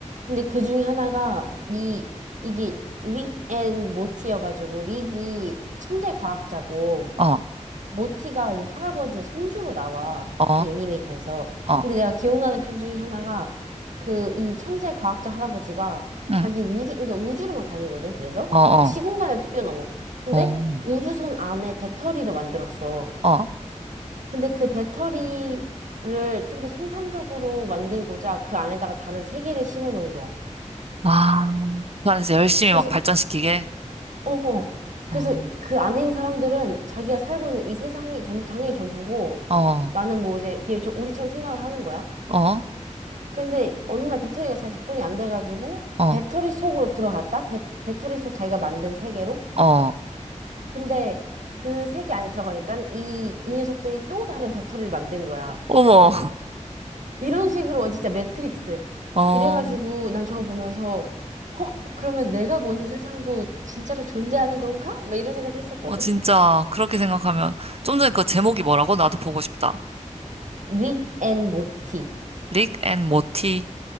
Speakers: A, on the right; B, on the right.
A: 근데 그 중에 하나가 이, 이게 릭 앤 모티여가지고 릭이 천재 과학자고
B: 어,
A: 모티가 이 할아버지 손주로 나와.
B: 어,
A: 이 애니메이션에서.
B: 어,
A: 근데 내가 기억나는 편 중에 하나가 그 이 천재 과학자 할아버지가
B: 응,
A: 자기 우주, 그러니까 우주를 막 다니거든. 그래서
B: 어, 어,
A: 막 시공간을 뛰어넘어. 근데
B: 어,
A: 우주선 안에 배터리를 만들었어.
B: 어.
A: 근데 그 배터리를 좀 더 생산적으로 만들고자 그 안에다가 다른 세계를 심어 놓은 거야.
B: 아, 그 안에서 열심히
A: 그래서
B: 막 발전시키게.
A: 어. 그래서
B: 어,
A: 그 안에 있는 사람들은 자기가 살고 있는 이 세상이 전, 당연히 전부고
B: 어,
A: 나는 뭐 이제 그냥 저 우리처럼 생각을 하는 거야.
B: 어,
A: 근데 어느 날 배터리가 잘 작동이 안 돼가지고
B: 어,
A: 그 배터리 속으로 들어갔다? 배, 배터리 속 자기가 만든 세계로?
B: 어.
A: 근데 그 세계 안에 들어가니까 이, 이 녀석들이 또 다른 배터리를 만든 거야.
B: 어머, <laughs>
A: 이런 식으로 완전 진짜 매트릭스.
B: 어,
A: 이래가지고 난 저거 보면서 헉, 그러면 내가 보는 세상도 진짜로 존재하는 건가? 막 이런 생각도 했었거든.
B: 어, 진짜, 그렇게 생각하면, 좀 전에 그 제목이 뭐라고? 나도 보고 싶다.
A: 릭 앤 모티.
B: 릭 앤 모티.